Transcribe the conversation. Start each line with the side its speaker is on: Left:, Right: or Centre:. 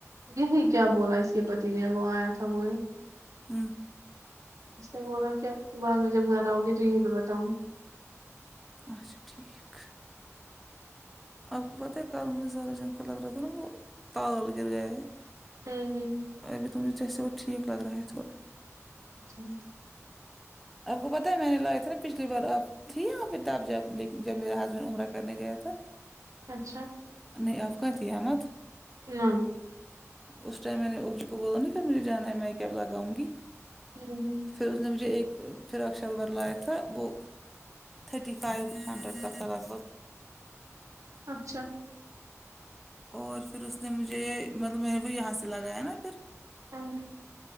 Right: یہی کیا بولا اس کے پتی نے وہ آیا تھا وہ
Centre: ہمم
Right: اس نے بولا کہ آپ بعد میں جب گھر آؤگے تو یہی پے بتاؤں
Centre: اچھا ٹھیک آپ کو
Right: ہوں
Centre: پتہ ہے <unintelligible> لگ رہا تھا نا وہ تال گر گیا ہے
Right: ہوں
Centre: ابھی تو جیسے وہ ٹھیک لگ رہا ہے تھوڑا
Right: ٹھیک
Centre: آپ کو پتہ ہے میں نے لایا تھا نا پچھلی بار آپ تھی یہاں پے تب جب لیکن جب میرا ہاسبینڈ عمرہ کرنے گیا تھا
Right: اچھا
Centre: نہیں آپ <unintelligible>
Right: نہیں
Centre: اس ٹائم میں نے اس کو بولا <unintelligible> لگاؤگی
Right: ہمم
Centre: پھر اس نے مجھے ایک فراک شلور لایا تھا وہ تھرٹی فائیو ہنڈریڈ کا تھا لگ بھگ
Right: اچھا
Centre: اور پھر اس نے مجھے مطلب میں نے بھی یہاں سے لگایا نا پھر
Right: ہاں جی